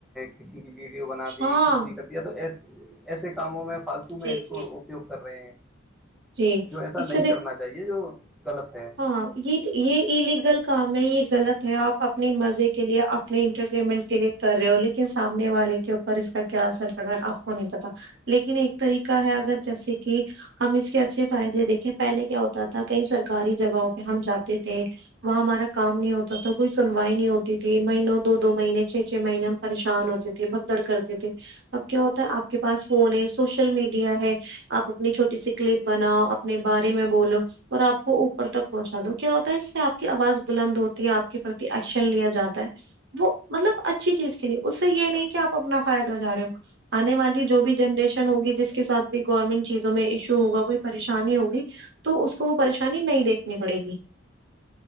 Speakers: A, in the centre; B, on the right.
A: کسی کی ویڈیو بنا دی
B: ہاں
A: کچھ بھی کر یہ تو ایسے کاموں میں فالتو میں
B: جی
A: اس کو
B: جی
A: اپیوگ کر رہے ہیں
B: جی
A: جو ایسا
B: اس
A: نہیں
B: سے دیکھو
A: کرنا چاہیے جو غلط ہے
B: ہاں یہ یہ ایلیگل کام ہے یہ غلط ہے آپ اپنی مزے کے لیے اپنے انٹرٹینمنٹ کے لیے کر رہے ہو لیکن سامنے والے کے اوپر اس کا کیا اثر پڑ رہا ہے آپ کو نہیں پتا لیکن ایک طریقہ ہے اگر جیسے کہ ہم اس کے اچھے فائدے دیکھیں پہلے کیا ہوتا تھا کئی سرکاری جگہوں پہ ہم جاتے تھے وہاں ہمارا کام نہیں ہوتا تھا کوئی سنوائی نہیں ہوتی تھی مہینوں دو دو مہینے چھ چھ مہینے پریشان ہوتے تھے بھگدڑ کرتے تھے اب کیا ہوتا ہے آپ کے پاس فون ہے سوشل میڈیا ہے آپ اپنی چھوٹی سی کلپ بناؤ اپنے بارے میں بولو اور آپ کو اوپر تک پہنچا دو کیا ہوتا ہے اس سے آپ کی آواز بلند ہوتی ہے آپ کے پرتی ایکشن لیا جاتا ہے وہ مطلب اچھی چیز کے لیے اس سے یہ نہیں کہ آپ اپنا فائدہ جا رہے ہو آنے والی جو بھی جنریشن ہوگی جس کے ساتھ بھی گورنمنٹ چیزوں میں ایشو ہوگا کوئی پریشانی ہوگی تو اس کو وہ پریشانی نہیں دیکھنی پڑے گی